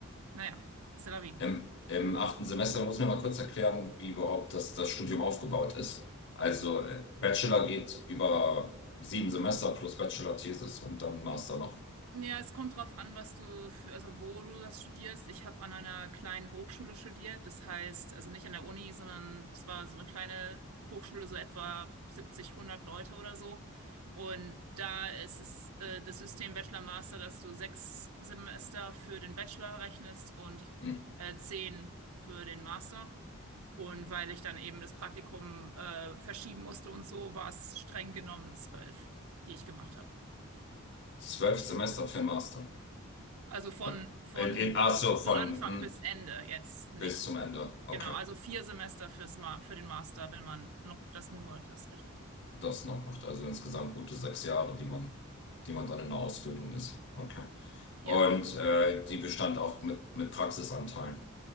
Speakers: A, on the right (about 80°); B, on the left (about 50°).
A: naja, c'est la vie.
B: Im, Im achten Semester muss mir mal kurz erklären, wie überhaupt das, das Studium aufgebaut ist. Also äh, Bachelor geht über sieben Semester plus Bachelor-Thesis und dann Master noch.
A: Ja, es kommt drauf an, was du, für, also wo du das studierst. Ich habe an einer kleinen Hochschule studiert. Das heißt, also nicht an der Uni, sondern es war so eine kleine Hochschule, so etwa 70, 100 Leute oder so. Und da ist es äh, das System Bachelor Master, dass du sechs Semester für den Bachelor rechnest und
B: Hm.
A: äh, zehn für den Master. Und weil ich dann eben das Praktikum äh, verschieben musste und so, war es streng genommen zwölf, die ich gemacht habe.
B: Zwölf Semester für Master.
A: Also von,
B: Ja.
A: von,
B: In, in, ach so, von
A: von Anfang
B: hm,
A: bis Ende jetzt nicht.
B: bis zum Ende. Okay.
A: Genau, also vier Semester fürs Ma für den Master, wenn man noch das nur das rechnet.
B: Das noch macht. Also insgesamt gute sechs Jahre, die man, die man dann in der Ausbildung ist. Okay.
A: Ja,
B: Und äh, die bestand auch mit, mit Praxisanteilen.